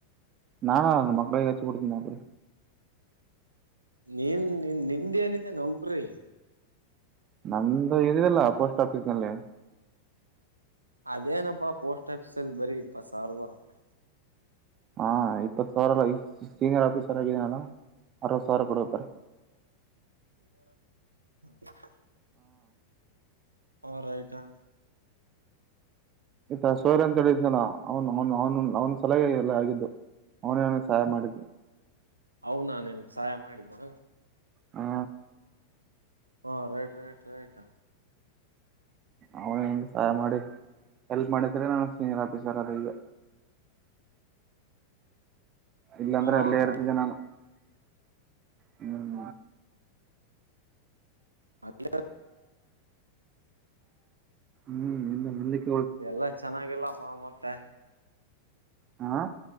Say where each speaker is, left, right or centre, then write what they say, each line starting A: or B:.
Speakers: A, on the right; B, on the right.
A: ನಾನು ನನ್ ಮಕ್ಳಿಗೆ ಹಚ್ ಬುಡ್ತಿನಿ ನ. ಹುರ.
B: ನೀನ್ ನಿಂದ್ ನಿಂದೇನಿದೆ ನೌಕ್ರಿ.
A: ನಂದು ಇದ್ಯಲ್ಲ ಪೋಸ್ಟ್ ಆಫೀಸ್ನಲ್ಲಿ.
B: ಅದೇನಪ್ಪಾ ಪೋಸ್ಟ್ ಆಫೀಸ ಅಲ್ ಬರೀ ಇಪ್ಪತ್ ಸಾವ್ರ್ ಬರುತ್ತೆ.
A: ಹಾ ಆಯಿತು. ಸಾವ್ರದ ಹೈ ಸೀನಿಯರ್ ಆಫೀಸರ್ ಆಗಿ ನಾನು ಅರ್ವತ್ ಸಾವ್ರ ಬರುತ್ತೆ.
B: ಹ. ಹ ರೈಟಾ.
A: ಇತ್ತ ಸೂರ್ಯ ಅಂತೇಳಿದ್ನಲ್ಲ ಅವ್ನ್ ಅವ್ನ್ ಅವ್ನು. ಅವ್ನ್ ಸಲಗೆ ಇದೆಲ್ಲಾ ಆಗಿದ್ದು. ಅವ್ನೇನೆ ಸಹಾಯ ಮಾಡಿದ್ದು.
B: ಅವ್ನ ನಿನ್ಗ್ ಸಹಾಯ ಮಾಡಿದ್ದು.
A: ಹಾ
B: ಹಾ ರೈಟ್ ರೈಟ್ ರೈಟ್.
A: ಅವ್ನೆ ನಂಗ್ ಸಹಾಯ ಮಾಡಿ ಹೆಲ್ಪ್ ಮಾಡಿದ್ರೆ ನಾನು ಸೀನಿಯರ್ ಆಫೀಸರ್ ಅದೆ ಇಗ. ಇಲ್ಲಾಂದ್ರೆ
B: ಹ
A: ಅಲ್ಲೇ ಇರ್ತಿದ್ದೆ ನಾನು. ಹ್ಮ್
B: <unintelligible>
A: ಹ್ಮ್ ಇನ್ನ ಮುಂದುಕ್
B: ಎಲ್ಲಾ ಚೆನ್ನಾಗಿಲ್ಲ ಮಾವ್ ಮತ್ತೆ
A: ಹಾ